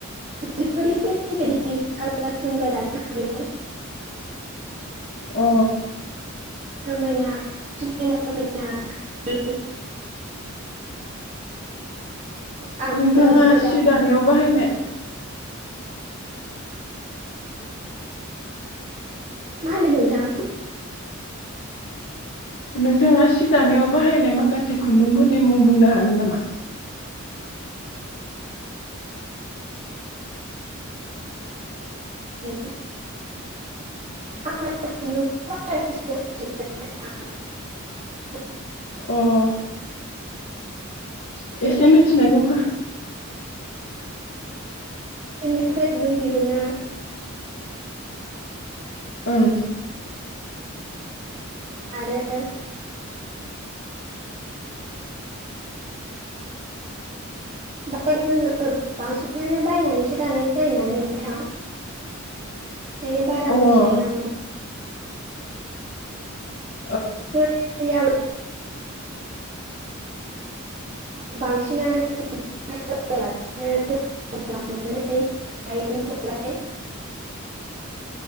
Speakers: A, on the right; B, on the left.
A: <unintelligible> गानग्रा जोमग्रा दानो हायो।
B: अ
A: रमायना, समायना रमायना <unintelligible> आगरफोरावबो
B: नोंथाङा
A: दा
B: सि दानायाव बाहायनाय
A: मा होन्दों नोंथां?
B: नोंथाङा सि दानायाव बाहायनाय माखासे खुन्दुंफोरनि मुं बुंनो हागोन नामा?
A: <unintelligible>
B: अह।
A: फिथोबनिफ्राय
B: एसे मिथिनायखौ ख
A: <unintelligible> दिरुनो।
B: उम।
A: आरो ओमफाय जोङो बांसिनानो बायनानैसो दानाय जायो नालाय नोंथां ओंखायनो बारा
B: ओं
A: मिथिलायलाङा बि
B: <inaudible>
A: <unintelligible> <unintelligible> बांसिनानो <unintelligible>